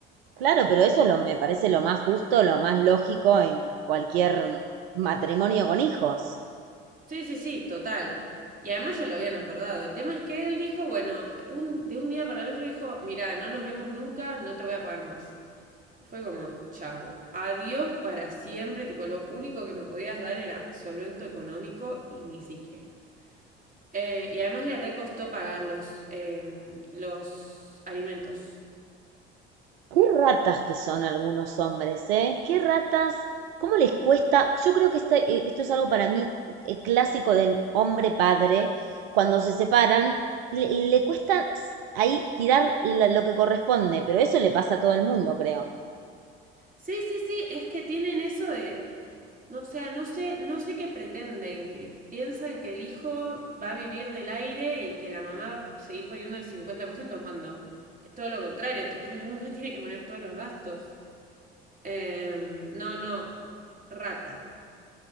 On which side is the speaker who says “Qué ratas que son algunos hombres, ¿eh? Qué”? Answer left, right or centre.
Right